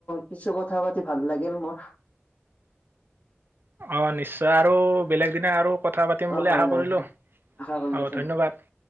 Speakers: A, on the left; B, on the right.
A: কিছু কথা পাতি ভাল লাগিল মোৰ।
B: অ' নিশ্চয় আৰু বেলেগ দিনা আৰু কথা পাতিম
A: অ
B: বুলি
A: হয়
B: আশা
A: হয়
B: কৰিলোঁ।
A: হয়
B: অঁ,
A: আশা কৰিলো
B: ধন্যবাদ!